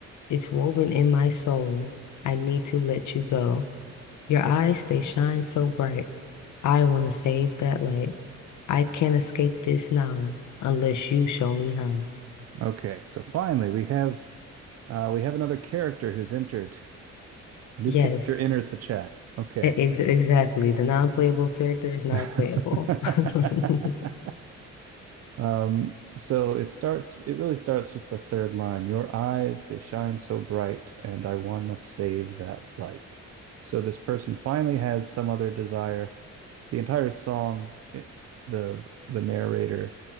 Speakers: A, on the left; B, on the right.
A: It's woven in my soul. I need to let you go. Your eyes, they shine so bright. I want to save that light. I can't escape this now unless you show me how.
B: Okay, so finally we have uh, we have another character who's entered. New
A: Yes,
B: character enters the chat. Okay,
A: e- ex exactly. The non-playable character is now
B: <laughs>
A: playable. <laughs>
B: Um, so it starts, it really starts with the third line. Your eyes, they shine so bright, and I want to save that light. So this person finally has some other desire. The entire song, it, the the narrator